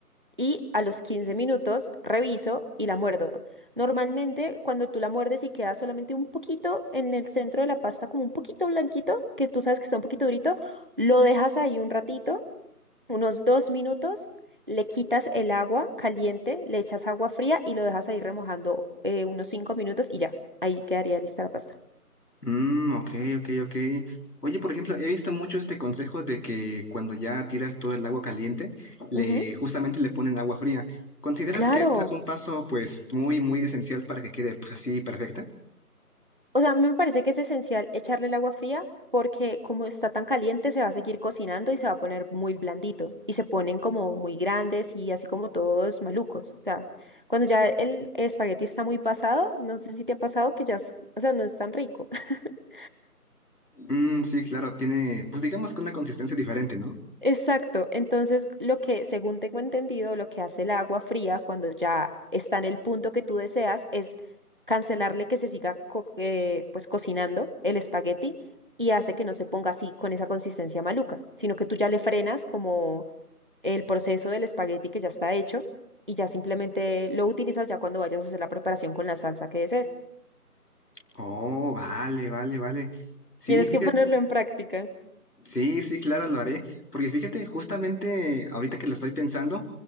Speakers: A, on the right; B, on the left.
A: y a los 15 minutos reviso y la muerdo. Normalmente cuando tú la muerdes y queda solamente un poquito en el centro de la pasta, como un poquito blanquito, que tú sabes que está un poquito durito, lo dejas ahí un ratito, unos dos minutos, le quitas el agua caliente, le echas agua fría y lo dejas ahí remojando eh, unos cinco minutos y ya, ahí quedaría lista la pasta.
B: Mmm, ok, ok, ok. Oye, por ejemplo, he visto mucho este consejo de que cuando ya tiras todo el agua caliente, le
A: Ujú,
B: justamente le ponen agua fría. ¿Consideras
A: Claro.
B: que esto es un paso, pues, muy, muy esencial para que quede, pues, así perfecta?
A: O sea, a mí me parece que es esencial echarle el agua fría porque como está tan caliente se va a seguir cocinando y se va a poner muy blandito y se ponen como muy grandes y así como todos malucos. O sea, cuando ya el espagueti está muy pasado, no sé si te ha pasado que ya, es- o sea, no es tan rico. <laughs>
B: Mm, sí, claro, tiene, pues digamos que una consistencia diferente, ¿no?
A: Exacto. Entonces, lo que, según tengo entendido, lo que hace el agua fría cuando ya está en el punto que tú deseas es cancelarle que se siga co- eh, pues cocinando el espagueti y hace que no se ponga así con esa consistencia maluca, sino que tú ya le frenas como el proceso del espagueti que ya está hecho y ya simplemente lo utilizas ya cuando vayas a hacer la preparación con la salsa que desees.
B: Oh, vale, vale, vale. Sí,
A: Tienes
B: fíjate,
A: que ponerlo en práctica.
B: sí, sí, claro, lo haré, porque fíjate, justamente ahorita que lo estoy pensando,